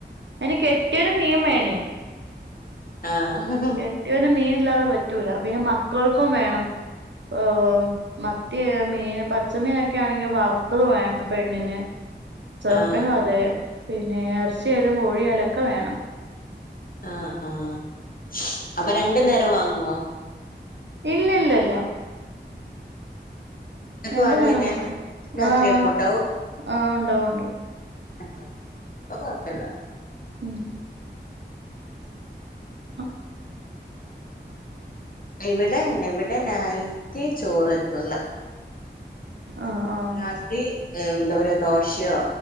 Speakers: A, on the right (about 80°); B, on the left (about 50°).
A: അയ്ന് കെട്ടിയൊനും മീൻവേണേ.
B: ആഹ്
A: കെട്ടിയോന് മീനില്ലാതെ പറ്റൂല പിന്നെ മക്കൾക്കും വേണം. ഉം മറ്റേ മീൻ പച്ചമീനൊക്കെ ആണെങ്കി വറ ത്ത് വേണം പെണ്ണിന് ചെറുക്കനും
B: ആഹ്
A: അതെ. പിന്നെ എറ്ച്ചിയായാലും കോഴിയായാലൊക്കെ വേണം.
B: ആഹ് ആഹ്, അപ്പൊ രണ്ട് നേരം വാങ്ങോ?
A: ഇല്ലല്ലല്ല.
B: ഉച്ചക്ക്
A: രണ്ടു
B: വാങ്ങിയന്നെ
A: നേരൊന്നും,
B: രാത്രിയൊക്കും
A: ആഹ്
B: ഉണ്ടാവും
A: ആഹ് ണ്ടാവും ഒണ്ടാവും.
B: ആഹ് അത്കൊയ്പ്പല്ല.
A: ഉം അ
B: ഇവിടെങ്ങനെ ഇവിട നയ്റ്റ് ചോറെത്തൂല
A: ആഹ് ആഹ്
B: രാത്രി ഉം എന്താ പറയ ദോശയോ